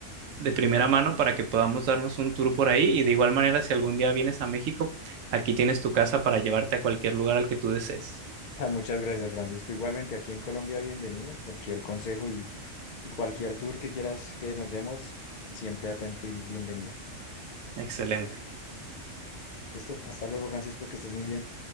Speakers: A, on the right; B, on the left.
A: de primera mano para que podamos darnos un tour por ahí. Y de igual manera, si algún día vienes a México, aquí tienes tu casa para llevarte a cualquier lugar al que tú desees.
B: Ah, Muchas gracias, Francisco. Igualmente, aquí en Colombia, bienvenido. Cualquier consejo y, y cualquier tour que quieras que nos demos, siempre atento y bienvenido.
A: Excelente.
B: Listo, hasta luego, Francisco, que estés muy bien.